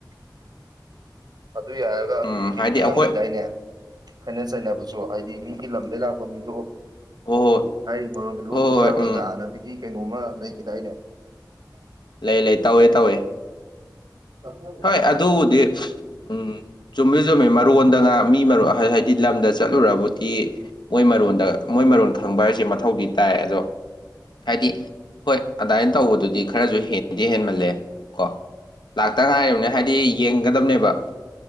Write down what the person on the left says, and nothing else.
ꯎꯝ
ꯍꯥꯏꯗꯤ ꯑꯩꯈꯣꯏ
ꯍꯣꯏ
ꯍꯣꯏ
ꯍꯣꯏ ꯍꯣꯏ
ꯎꯝ
ꯂꯩ ꯂꯩ ꯇꯧꯋꯦ ꯇꯧꯋꯦ
ꯍꯣꯏ
ꯑꯗꯨꯕꯨꯗꯤ ꯎꯝ ꯆꯨꯝꯕꯨꯗꯤ ꯆꯨꯝꯃꯦ ꯃꯔꯣꯟꯗꯒ ꯃꯤ ꯃꫪꯣꯟ ꯍꯥꯏ ꯍꯥꯏꯗꯤ ꯂꯝꯗ ꯆꯠꯂꯨꯔꯕꯨꯗꯤ ꯃꯣꯏ ꯃꯔꯣꯟꯗ ꯃꯣꯏ ꯃꯔꯣꯟ ꯈꯪꯕ ꯍꯥꯏꯁꯦ ꯃꯊꯧꯗꯤ ꯇꯥꯏ ꯑꯗꯣ ꯍꯥꯏꯗꯤ ꯍꯣꯏ ꯑꯗꯥꯏ ꯇꯧꯕꯗꯨꯗꯤ ꯈꯔꯁꯨ ꯍꯦꯟꯗꯤ ꯍꯦꯟꯃꯜꯂꯦ ꯀꯣ <unintelligible> ꯍꯥꯏꯗꯤ ꯌꯦꯡꯒꯗꯕꯅꯦꯕ